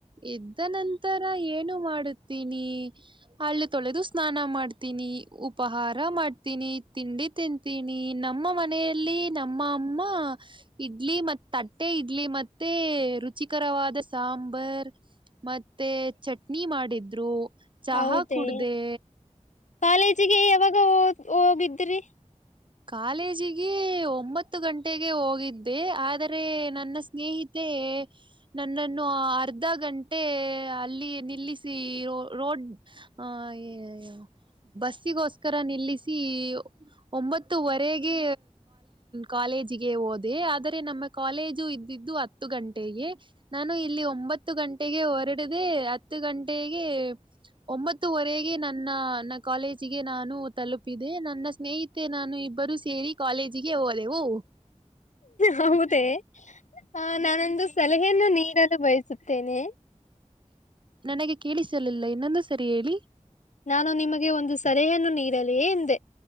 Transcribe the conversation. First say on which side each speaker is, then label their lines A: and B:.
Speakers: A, on the right; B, on the left.
A: ಇದ್ದ ನಂತರ ಏನು ಮಾಡುತ್ತೀನಿ ಹಲ್ಲು ತೊಳೆದು ಸ್ನಾನ ಮಾಡ್ತೀನಿ ಉಪಹಾರ ಮಾಡ್ತೀನಿ ತಿಂಡಿ ತಿನ್- ತಿಂಡಿ ತಿನ್ನತಿನಿ ನಮ್ಮ ಮನೆಯಲ್ಲಿ ನಮ್ಮ ಅಮ್ಮ ಇಡ್ಲಿ ಮ ತಟ್ಟೆ ಇಡ್ಲಿ ಮತ್ತೆ ರುಚಿಕರವಾದ ಸಾಂಬ ಬಾರ್. <unintelligible> ಮತ್ತೆ ಚಟ್ನಿ ಮಾಡಿದ್ರು ಚಹಾ
B: ಹೌದೇ
A: ಕುಡಿದೇ.
B: ಕಾಲೇಜಿಗೆ ಯಾವಾಗ. ಹೋಗ್ ಹೋಗಿದ್ರಿ.
A: ಕಾಲೇಜಿಗೆ ಒಂಬತ್ತು ಗಂಟೆಗೆ ಹೋಗಿದ್. <unintelligible> ಆದರೆ ನನ್ನ ಸ್ನೇಹಿತೆ ನಂದನ್. ನೋ ಅರ್ಧ ಗಂಟೆ ಅಲ್ಲಿ. ನಿಲ್ಲಿಸಿ. ರೋಡ್ <unintelligible> ಬಸ್ಸಗೋಸ್ಕರ ನಿಲ್ಲಿಸಿ ಒಂಬತ್ತು. ನಾಕುವರೆಗೆ ಕಾಲೇಜಿಗೆ ಹೋದೆ ಆದರೆ ನಮ್ಮ ಕಾಲೇಜು ಇದು ಹತ್ತು ಗಂಟೆಗೆ ನಾನು ಇಲ್ಲಿ ಒ. ಗಂಟೆಗೆ. ಎರಡದೆ ಹತ್ತು ಗಂಟೆಗೆ ಒಂಬತ್ತುವರೆಗೆ ನನ್ನ. ಕಾಲೇಜಿಗೆ ನಾನು ತಲುಪಿದೆ ನನ್ನ ಸ್ನೇಹಿತ ನಾನು ಇಬ್ಬರು ಸೇರಿ ಹೋದೆವು
B: ಹೌದೇ ಹ ನಾನಂದು ಸಲಹೆಯನ್ನ ನೀರಲು ಬಯಸುತ್ತೆ ತನೆ
A: ನನಗೆ ಕೇಳಿಸಲಿಲ್ಲ ಇನ್ನೊಂದು ಸರಿ ಹೇಳಿ
B: ನಾನು ನಿಮಗೆ ಒಂದು ಸಲಹೆಯನ್ನು ನೀಡಲಿೇ ಎಂದೆ